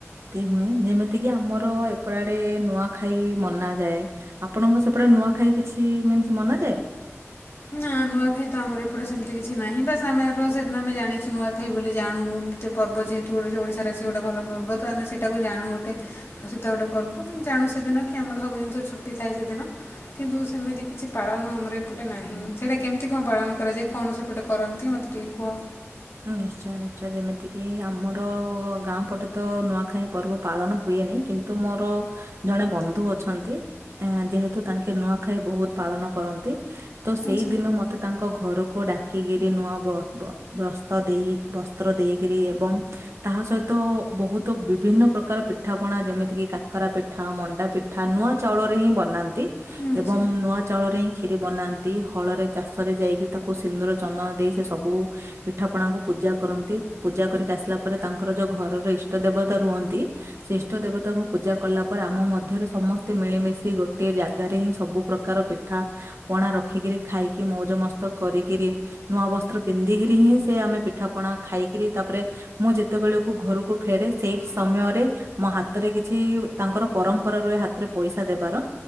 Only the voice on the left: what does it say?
ନା ନୂଆଖାଇ ତ ଆମର ଏପଟେ ସେମିତି କିଛି ନାହିଁ ବାସ୍ ଆମେ ର ସେଦିନ ଆମେ ଜାଣିଛୁ ନୁଆଖାଇ ବୋଲି ଜାଣୁ‌ ଏମିତି ପର୍ବ ଯେହେତୁ ଓଡ଼ି ଓଡ଼ିଶାର ସେ ଗୋଟେ ଭଲ ପର୍ବ ତ ଆମେ ସେଇଟାକୁ ଯାଣୁ ଗୋଟେ ପ୍ରସିଦ୍ଧ ଗୋଟେ ପର୍ବ ଜାଣୁ ସେଦିନ କି ଆମର ସବୁ ଜିନିଷ ଛୁଟି ଥାଏ ସେଦିନ କିନ୍ତୁ ସେମିତି କିଛି ପାଳନ ଆମର ଏପ ଟେ ନାହିଁ ସେଇଟା କେମିତି କଣ ପାଳନ କରାଯାଏ କଣ ସେପଟେ କରନ୍ତି ମତେ ଟିକେ କୁହ?
ଆଚ୍ଛା
ଆଚ୍ଛା